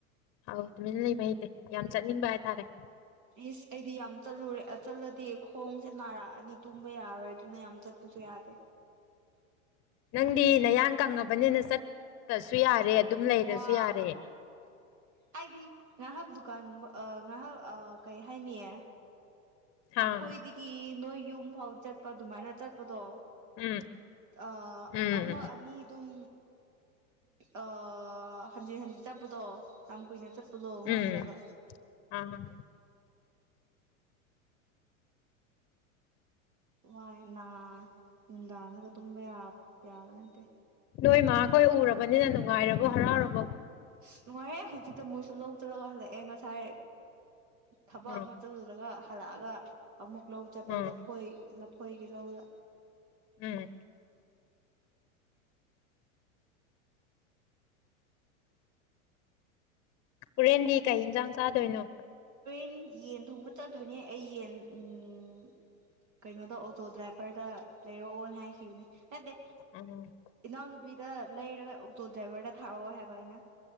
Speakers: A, on the left; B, on the right.
A: ꯍ ꯑꯗꯨꯃꯤꯅ ꯂꯩꯕ ꯍꯩꯗꯤꯦ ꯌꯥꯝ ꯆꯠꯅꯤꯡꯕ ꯍꯥꯏꯇꯥꯔꯦ
B: ꯏꯁ ꯑꯩꯗꯤ ꯌꯥꯝ ꯆꯠꯂꯨꯔꯦ ꯆꯠꯂꯗꯤ ꯈꯣꯡꯁꯦ ꯅꯥꯔꯛꯑꯅꯤ ꯇꯨꯝꯕ ꯌꯥꯔꯣꯏ ꯑꯗꯨꯅ ꯌꯥꯝ ꯆꯠꯇꯂ ꯁꯨ ꯌꯥꯗꯦ
A: ꯅꯪꯗꯤ ꯅꯌꯥꯡ ꯀꯪꯉꯕꯅꯤꯅ ꯆꯠꯁꯨ ꯌꯥꯔꯦ ꯑꯗꯨꯝ ꯂꯩꯔꯁꯨ
B: ꯋꯥ
A: ꯌꯥꯔꯦ
B: ꯍꯥꯏꯗꯤ ꯍ ꯗꯨꯀꯥꯟꯒꯨꯝꯕ ꯉꯥꯏꯍꯥꯛ ꯀꯩ ꯍꯥꯏꯅꯤꯌꯦ ꯑꯩꯈꯣꯏꯗꯒꯤ
A: ꯑꯥ
B: ꯅꯣꯏ ꯌꯨꯝ ꯐꯥꯎ ꯆꯠꯄ ꯑꯗꯨꯃꯥꯏꯅ ꯆꯠꯄꯗꯣ
A: ꯎꯝ
B: ꯑ
A: ꯎꯝ
B: ꯑꯃ ꯑꯅꯤꯗꯨꯝ ꯑ ꯍꯥꯟꯖꯤ ꯍꯥꯟꯖꯤ ꯆꯠꯄꯗꯣ ꯌꯥꯝ ꯀꯨꯏꯅ ꯆꯠ ꯂꯣ
A: ꯎꯝ
B: ꯉꯝꯗꯦꯕ
A: ꯑꯥ
B: ꯋꯥꯏ ꯅꯨꯡꯗꯥꯡꯗꯒ ꯇꯨꯝꯕ ꯌꯥꯕ ꯅꯠꯇꯦ
A: ꯅꯣꯏ ꯃꯥꯈꯣꯏ ꯎꯔꯕꯅꯤꯅ ꯅꯨꯡꯉꯥꯏꯔꯕꯣ ꯍꯔꯥꯎꯔꯕꯣ
B: ꯑꯁ ꯅꯨꯡꯉꯥꯏꯔꯦ ꯍꯧꯖꯤꯛꯇ ꯃꯣꯏꯁꯨ ꯂꯧ ꯆꯂꯒ ꯍꯜꯂꯛ ꯑꯦ ꯉꯁꯥꯏ ꯊꯕꯛ
A: ꯎꯝ
B: ꯑꯃ ꯇꯧꯖꯔꯒ ꯍꯜꯂꯛꯑꯒ ꯑꯃꯨꯛ ꯂꯧ ꯆꯠꯄ
A: ꯎꯝ
B: ꯂꯐꯣꯏ ꯊꯣꯏꯒꯤ ꯂꯧꯗ
A: ꯎꯝ ꯍꯣꯔꯦꯟꯗꯤ ꯀꯩ ꯌꯦꯟꯁꯥꯡ ꯆꯥꯗꯣꯏꯅꯣ
B: ꯎ ꯌꯦꯟ ꯊꯣꯡꯕ ꯆꯗꯣꯏꯅꯦ ꯑꯩ ꯌꯦꯟ ꯎꯝ ꯀꯩꯅꯣꯗ ꯑꯣꯇꯣ ꯗ꯭ꯔꯥꯏꯚꯔꯗ ꯂꯩꯔꯛꯑꯣꯅ ꯍꯥꯏꯈꯤꯕꯅꯦ ꯅꯠꯇꯦ
A: ꯎꯝ
B: ꯏꯅꯥꯎꯅꯨꯄꯤꯗ ꯂꯩꯔꯒ ꯑꯣꯛꯇꯣ ꯗ꯭ꯔꯥꯏꯚꯔꯗ ꯊꯥꯛꯑꯣ ꯍꯥꯏꯕ ꯑꯩꯅ